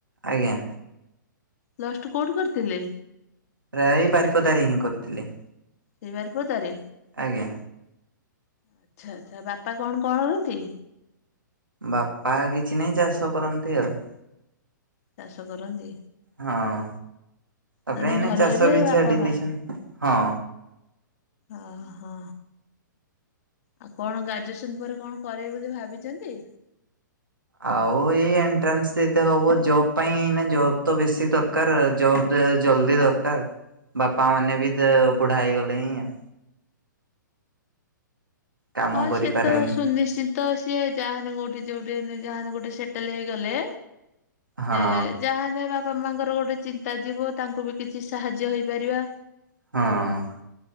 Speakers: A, on the right (about 85°); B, on the left (about 50°).
A: ଆଜ୍ଞା।
B: ପ୍ଲସ ଟୁ କୋଉଠି କରିଥିଲେ?
A: ପ୍ର ଏଇ ବାରିପଦା ରେ ହିଁ କରିଥିଲି।
B: ସେଇ ବାରିପଦାରେ?
A: ଆଜ୍ଞା।
B: ଆଛା ଆଛା, ବାପା କଣ କଣ କରନ୍ତି?
A: ବାପା କିଛି ନାହିଁ ଚାଷ କରନ୍ତି ଆଉ।
B: ଚାଷ କରନ୍ତି।
A: ହଁ। ତାପରେ
B: ତାହେଲେ
A: ଏଇନେ
B: ଘରେ
A: ଚାଷ
B: ଏବେ
A: ବି
B: ବାପା
A: ଛାଡି
B: ମା
A: ଦେଇଚନ୍ତି। ହଁ।
B: ଓହୋ। ଆଉ କଣ ଗ୍ରାଜୁଏସନ ପରେ କଣ କରିବେ ବୋଲି ଭାବିଚନ୍ତି?
A: ଆଉ ଏଇ ଏଣ୍ଟ୍ରାନ୍ସ ଦେଇତେ ହବ ଜବ ପାଇଁ, ଏଇନା ଜବ୍ ତ ବେଶୀ ଦର କାର। ଜବ ଅ ଜଲଦି ଦରକାର ବାପା ମାନେ ବି ବୁଢା ତ ହେଇଗଲେଣି ଆଉ। କାମ
B: ହଁ
A: କରିପାରିବେନି
B: ସେ ତ ସୁନିଶ୍ଚି ତ ସିଏ ଯାହାନେ କୋଉଠି ଯୋଉଠି ହେନେ ଯାହାନେ ଗୋଟେ ସେଟଲ ହେଇଗଲେ
A: ହଁ
B: ସେ ଯାହା ହେନେ ବାପା ମାଙ୍କର ଗୋଟେ ଚିନ୍ତା ଯିବ, ତାଙ୍କୁ ବି କିଛି ସାହାଯ୍ୟ ହେଇପାରିବା।
A: ହଁ।